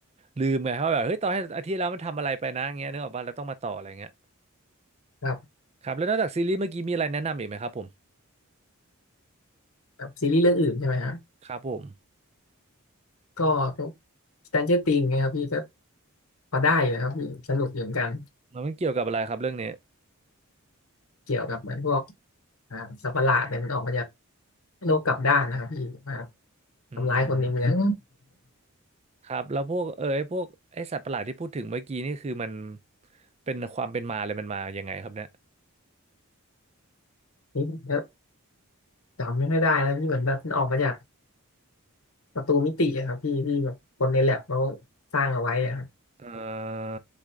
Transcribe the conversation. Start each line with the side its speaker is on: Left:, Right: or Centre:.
Right: ลืมไงเพราะแบบเฮ้ยตอนให้อาทิตย์แล้วมันทำอะไรไปนะเงี้ยนึกออกปะแล้วต้องมาต่ออะไรเงี้ย
Left: แบบ
Right: ครับแล้วนอกจากซีรีส์เมื่อกี้มีอะไรแนะนำอีกไหมครับผม
Left: แบบซีรีส์เรื่องอื่นใช่ไหมฮะ
Right: ครับผม
Left: ก็พวก Stranger Things นะครับพี่ก็พอได้อยู่นะครับพี่สนุกอยู่เหมือนกัน
Right: มันเกี่ยวกับอะไรครับเรื่องนี้
Left: เกี่ยวกับเหมือนพวกอ่าสัตว์ประหลาดเนี่ยมันออกมาจากโลกกลับด้านนะครับพี่มา
Right: อืม
Left: ทำร้ายคนในเมือง
Right: ครับแล้วพวกเออไอ้พวกไอ้สัตว์ประหลาดที่พูดถึงเมื่อกี้นี่คือมันเป็นความเป็นมาเลยมันมายังไงครับเนี่ย
Left: นี่ก็จำไม่ค่อยได้แล้วพี่เหมือนแบบมันออกมาจากประตูมิติอะครับพี่ที่แบบคนในแลบเขาสร้างเอาไว้อะครับ
Right: เออ